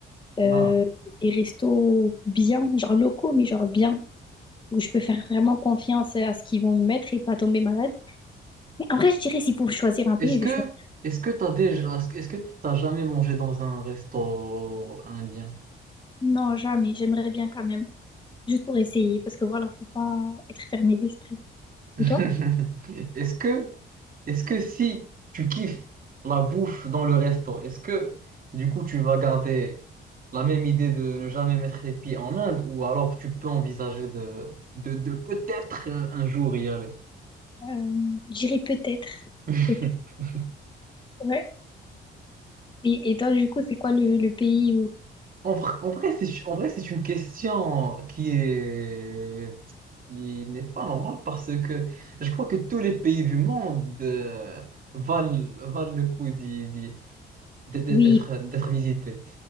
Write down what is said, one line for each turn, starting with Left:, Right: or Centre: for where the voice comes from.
Left: Euh,
Right: Voilà.
Left: des restos bien, genre locaux, mais genre bien, où je peux faire vraiment confiance à ce qu'ils vont me mettre et pas tomber malade. Mais en vrai, je dirais, s'il faut choisir un pays,
Right: Est-ce
Left: je
Right: que
Left: vais choisir.
Right: est-ce que t'as déjà est-ce que t'as jamais mangé dans un resto indien?
Left: Non, jamais. J'aimerais bien quand même. Juste pour essayer, parce que voilà, faut pas être fermé d'esprit.
Right: <laughs>
Left: Et toi?
Right: Est-ce que est-ce que si tu kiffes la bouffe dans le resto, est-ce que du coup tu vas garder la même idée de ne jamais mettre les pieds en Inde ou alors tu peux envisager de de, de peut-être euh, un jour y aller?
Left: Euh, j'irai peut-être.
Right: <laughs>
Left: Peut-être. Ouais. Et, et toi, du coup, c'est quoi le, le pays où...
Right: En vrai, en vrai, c'est, en vrai, c'est une question qui est, qui n'est pas normale parce que je crois que tous les pays du monde euh, valent, valent le coup d'y- d'y- d'être,
Left: Oui,
Right: d'être d'être visités.